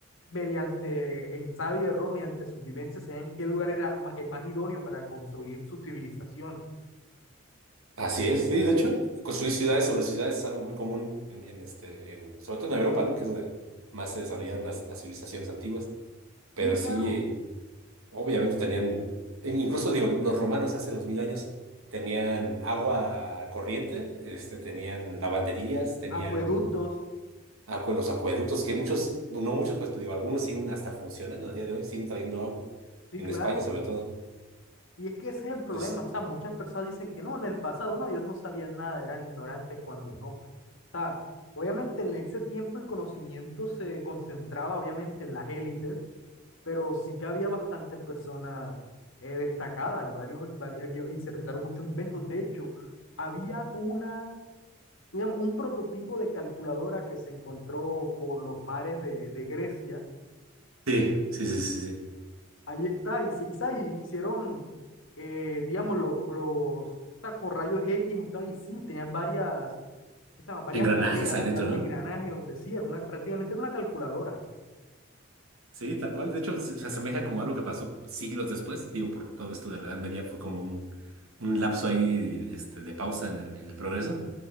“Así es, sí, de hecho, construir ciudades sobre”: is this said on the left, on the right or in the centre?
Right